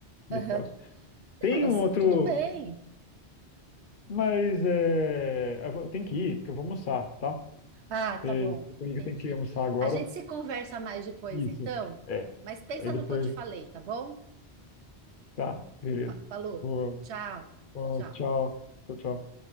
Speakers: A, on the left (about 50°); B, on the right (about 85°).
A: nesse
B: aham.
A: caso. Tem
B: Não, mas
A: um outro,
B: tudo bem.
A: mas é, eu vou- tem que ir, porque eu vou almoçar, tá?
B: Ah, tá
A: É,
B: bom,
A: Desculpa
B: entendi.
A: aí, que eu tenho que almoçar agora.
B: A gente se conversa mais depois,
A: Isso,
B: então,
A: é.
B: mas pensa
A: Aí depois,
B: no que eu te falei, tá bom?
A: tá, beleza.
B: Fa- Falou.
A: Boa,
B: Tchau,
A: boa,
B: tchau, tchau.
A: tchau, tchau, tchau.